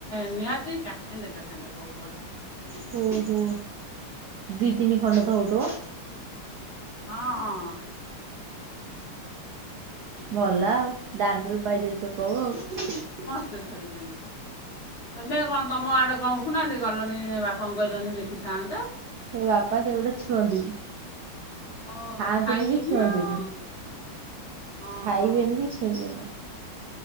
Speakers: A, on the left; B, on the right.
A: ନିହାତି ଚାଖେଣ୍ଡେ ଚାଖେଣ୍ଡେ କଉ ବଢି
B: ହୁଁ - ହୁଁ ଦି ତିନି ଖଣ୍ଡ
A: କଉ।
B: ତ ହଉଥିବ?
A: ହଁ- ହଁ।
B: ଭଲ ଆଉ, ଦାଣ୍ଡରୁ ପାଇଯାଉଛ କଉ ଆଉ।
A: ଏତେ ଧରିଚନ୍ତି। ତେମେ କଣ, ତମ ଆଡେ କଣ ଉଠୁନାହାନ୍ତି? ଗଲନି ବାପାଙ୍କୁ କହିଲନି ଦେଖିଥାନ୍ତେ।
B: ମୋ ବାପା ସେଗୁଡା ଛୁଅନ୍ତିନି,
A: ଓହୋ
B: ଖାଆନ୍ତିନି
A: ଖାଇବିନି
B: କି ଛୁଅନ୍ତିନି।
A: ଆଉ ହଁ।
B: ଖାଇବେନି କି ଛୁଇଁବେନି।